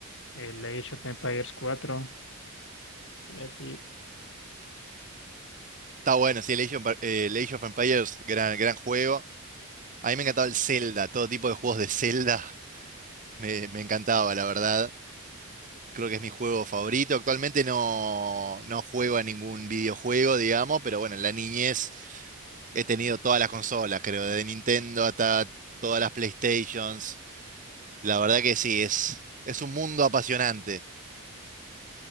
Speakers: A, on the left; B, on the right.
A: el Age of Empires cuatro y así.
B: Está bueno, sí, el Age of, Emp- eh, el Age of Empires, gran, gran juego. A mí me encantaba el Zelda, todo tipo de juegos de Zelda <laughs> me, me encantaba, la verdad. Creo que es mi juego favorito. Actualmente no, no juego a ningún videojuego, digamos, pero bueno, en la niñez he tenido todas las consolas, creo, desde Nintendo hasta todas las PlayStations. La verdad que sí, es, es un mundo apasionante.